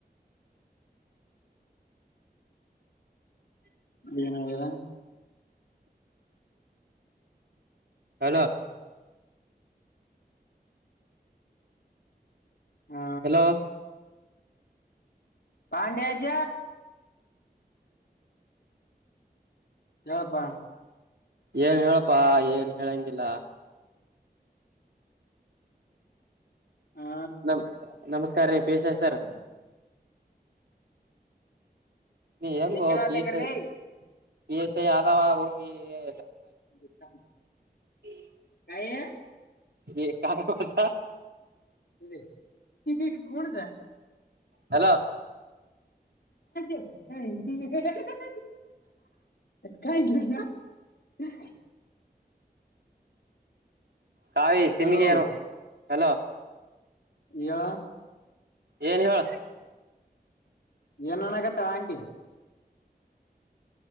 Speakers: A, on the left; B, on the right.
A: ಏನಾಗಾಗಿದೆ
B: ಹಲೋ
A: ಹಾ
B: ಹಲೋ
A: ಪಾಂಡ್ಯ ಜ ಎಪ್ಪಾ
B: ಏನ್ ಹೇಳಪ್ಪಾ ಏನ್ ಹೇಳಂಗಿಲ್ಲ
A: ಹಾ
B: ನಮ ನಮಸ್ಕಾರ ರೀ ಪಿ ಎಸ್ ಐ ಸರ್ ನೀ ಹೆಂಗ
A: ಜಕ್ಕೆ ನಾತಕ್ರೀ
B: ಪಿ ಎಸ್ ಐ ಪಿ ಎಸ್ ಐ ಆದಾವ ಹೋಗಿಾ
A: <unintelligible>
B: ಹ್ಮ <unintelligible>
A: ಆಯ <unintelligible>
B: ಈ <unintelligible>
A: ಇ <unintelligible>
B: ಹಲೋ
A: ಕ <unintelligible> ಕಾ <unintelligible>
B: ಕಾಯ್ <unintelligible>
A: ಹಲೋ
B: ಹಲೋ
A: ಏಳ
B: ಏನ್ ಏಳ.
A: ಏನ್ ಅನ್ನಕ್ಕತಳ ಆಂಟಿ.